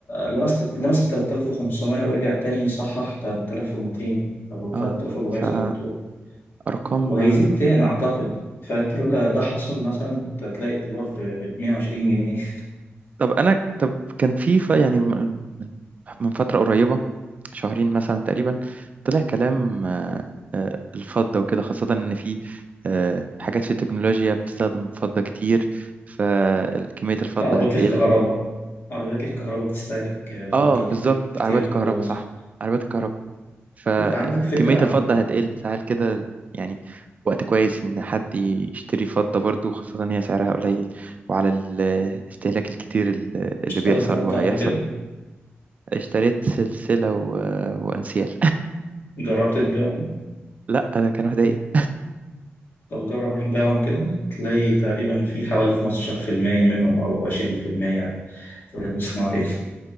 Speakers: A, on the left (about 55°); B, on the right (about 35°).
A: لمست لمست تلات آلاف وخمسمية ورجع تاني يصحح تلات آلاف ومتين أو تلات
B: اه
A: آلاف وأربعمية
B: فارقام
A: زي ما بتقول
B: آه.
A: وهيزيد تاني أعتقد فأنت لولا ده حصل مثلا كنت هتلاقي الدولار بمية وعشرين جنيه <laughs>
B: طب انا طب كان في ف- يعني من من من فتره قريبه شهرين مثلا تقريبا طلع كلام آه، آه، الفضة وكده خاصة إن في آه، حاجات في التكنولوجيا بتستخدم فضة كتير فكمية الفضة
A: عربيات
B: هتقل
A: الكهرباء
B: و...
A: عربيات الكهرباء بتستهلك فضة
B: آه بالظبط
A: كتير
B: عربيات الكهرباء
A: خالص
B: صح عربيات الكهرباء فكمية
A: انت عندك فكرة عن
B: الفضة هتقل فهل كده يعني وقت كويس إن حد يشتري فضة برضو خاصة إن هي سعرها قليل وعلى الاستهلاك الكتير ال-
A: اشتريت
B: اللي بيحصل
A: فضة
B: وهيحصل
A: قبل كده
B: اشتريت سلسلة و... وأنسيال
A: جربت تبيعهم
B: <laughs> لا ده كانوا هدية
A: طب جرب روح بيعهم كده تلاقي تقريبا في حوالي 15% منهم أو 20% غير صناعي